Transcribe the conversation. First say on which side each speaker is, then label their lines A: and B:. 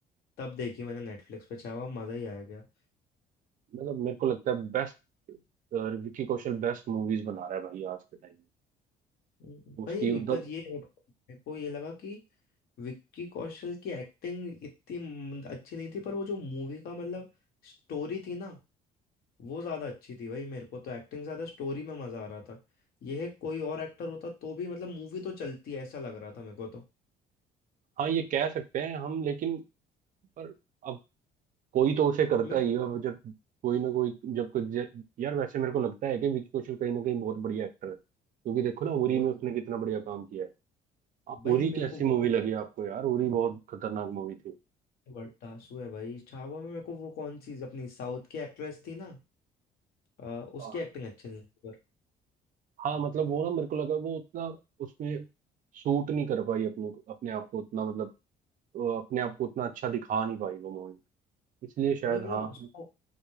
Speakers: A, on the left (about 65°); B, on the right (about 50°).
A: तब देखी मैंने नेटफ्लिक्स पे छावा मजा ही आया गया
B: मतलब मेरे को लगता है best Vicky Kaushal best movies बना रहा है भाई आज के टाइम
A: हम्म,
B: में उसकी
A: भाई
B: उधम
A: पर ये मेरे को ये लगा कि विक्की कौशल की एक्टिंग इतनी म- अच्छी नहीं थी पर वो जो मूवी का मतलब स्टोरी थी ना वो ज्यादा अच्छी थी भाई मेरे को तो एक्टिंग से ज्यादा स्टोरी में मजा आ रहा था यह कोई और एक्टर होता तो भी मतलब मूवी तो चलती ऐसा लग रहा था मेरे को तो
B: हाँ ये कह सकते हैं हम लेकिन पर अब कोई तो उसे करता
A: मैं
B: ही है अब जब कोई ना कोई जब कोई जे- यार वैसे मेरे को लगता है कि विकी कौशल कहीं ना कहीं बहुत बढ़िया एक्टर है क्योंकि देखो ना उरी
A: वो
B: में
A: तो,
B: उसने कितना बढ़िया काम किया है आ,
A: भाई
B: उरी
A: मेरे
B: कैसी
A: को वो
B: मूवी लगी आपको यार उरी बहुत खतरनाक मूवी थी
A: बड़ा आंसू है भाई छावा में मेरे को वो कौन सी अपनी साउथ की एक्ट्रेस थी ना अ,
B: आ,
A: उसकी एक्टिंग अच्छी नहीं लगी पर
B: हाँ मतलब वो ना मेरे को लगा वो उतना उसमें सूट नहीं कर पाई अपने अपने आप को उतना मतलब वो अपने आप को उतना अच्छा दिखा नहीं पाई वो मूवी इसलिए शायद
A: वही मतलब
B: हाँ
A: उसको